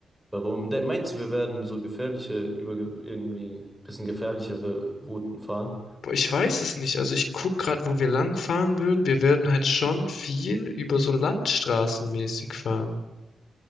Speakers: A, in the centre; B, on the left.
A: Warum? De meinst du, wir werden so gefährliche, über irgendwie bisschen gefährlichere Routen fahren?
B: Boah, ich weiß es nicht. Also ich guck gerade, wo wir lang fahren würden. Wir werden halt schon viel über so Landstraßenmäßig fahren.